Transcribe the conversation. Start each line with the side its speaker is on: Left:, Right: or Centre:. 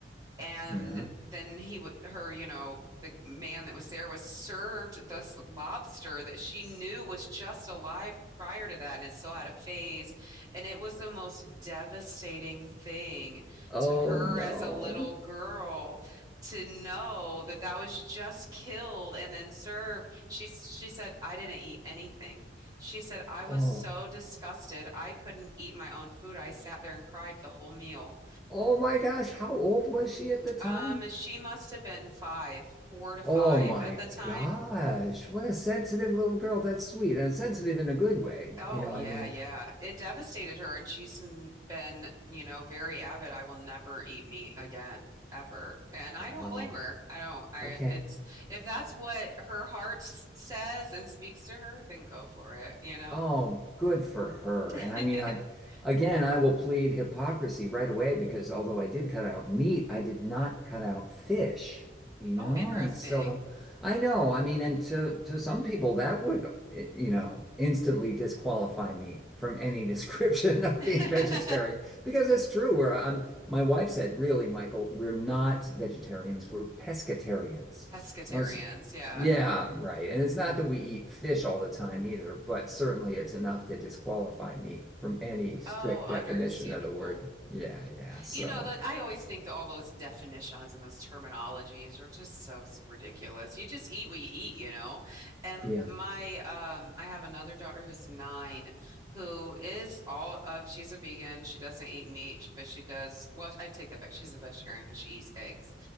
Right: and
Centre: yeah.
Right: then he would her you know the man that was there was served this lobster that she knew was just alive prior to that and it still had a face and it was the most devastating thing
Centre: Oh
Right: to her
Centre: no.
Right: as a little girl to know that that was just killed and then served she she said I didn't eat anything she said I was
Centre: Oh,
Right: so disgusted I couldn't eat my own food I sat there and cried the whole meal
Centre: oh my gosh, how old was she at the time?
Right: um, she must have been five, four to five
Centre: Oh my
Right: at the time.
Centre: gosh. What a sensitive little girl. That's sweet and sensitive in a good way.
Right: Oh
Centre: You know,
Right: yeah,
Centre: I mean,
Right: yeah. It devastated her, and she's n- been, you know, very avid. I will never eat meat again, ever. And I don't
Centre: wow.
Right: blame her. I don't. I
Centre: Okay.
Right: it's if that's what her heart s- says and speaks to her, then go for it, you know?
Centre: Oh, good for her.
Right: <laughs>
Centre: And I mean, I again, I will plead hypocrisy right away because although I did cut out meat, I did not cut out fish, you know?
Right: Oh, interesting.
Centre: And so I know, I mean, and to to some people that would, eh, you know, instantly disqualify me from any description <laughs> of
Right: <laughs>
Centre: being vegetarian because it's true. Where I'm, my wife said, really, Michael, we're not vegetarians, we're pescatarians.
Right: Pescatarians,
Centre: Now, it's
Right: yeah.
Centre: yeah, right. And it's not that we eat fish all the time either, but certainly it's enough to disqualify me from any strict
Right: Oh, understandable.
Centre: definition of the word. Yeah, yeah. So,
Right: You know, that I always think that all those definitions and those terminologies are just so ridiculous. You just eat what you eat, you know. And
Centre: yeah.
Right: my um I have another daughter who's nine who is all of she's a vegan. She doesn't eat meat, but she does well, I take that back. She's a vegetarian because she eats eggs.